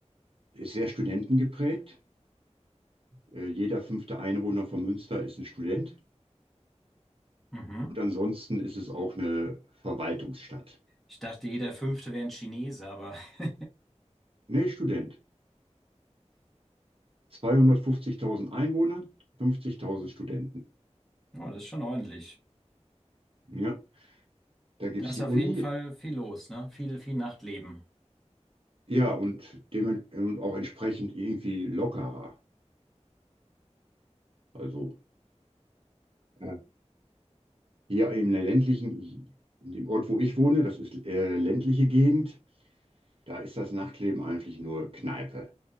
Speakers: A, on the right; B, in the centre.
A: ist sehr studentengeprägt. Äh, jeder fünfte Einwohner von Münster ist ein Student.
B: Mhm.
A: Und ansonsten ist es auch eine Verwaltungsstadt.
B: Ich dachte, jeder Fünfte wäre ein Chinese, aber <laughs>
A: Nee, Student. zweihundertfünfzigtausend Einwohner, 50.000 Studenten.
B: ja, das ist schon ordentlich.
A: Ja, da gibt
B: Da
A: es
B: ist
A: die
B: auf
A: Uni.
B: jeden Fall viel los, ne? Viel, viel Nachtleben.
A: Ja, und, dem, und auch entsprechend irgendwie lockerer. Also äh, hier in der ländlichen, in dem Ort, wo ich wohne, das ist äh, ländliche Gegend, da ist das Nachtleben eigentlich nur Kneipe.